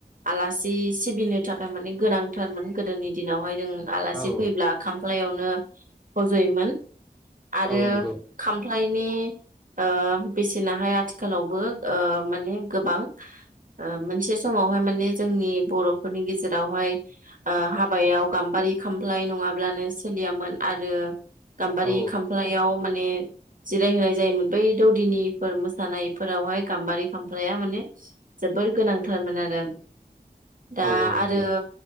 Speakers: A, on the right; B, in the centre.
A: आलासि सिबिनो थाखाय माने गोनां गोनांथारमोन गोदोनि दिनावहाय नों आलासि
B: औ
A: फैब्ला खामफ्लाय खामफ्लायावनो फज'योमोन आरो
B: औ नंगौ
A: खामफ्लाय ओ बेसेनाहाय आथिखालावबो ओ माने गोबां ओ मोनसे समावहाय माने जोंनि बर'फोरनि गेजेरावहाय ओ हाबायाव गाम्बारि खामफ्लाय नङाब्लानो सोलियामोन आरो गाम्बारि
B: औ
A: खामफ्लायाव माने जिरायहोनाय जायोमोन बै दौदिनिफोर मोसानायफोरावहाय गाम्बारि खामफ्लाया माने जोबोर गोनांथारमोन आरो दा
B: औ
A: आरो
B: नंगौ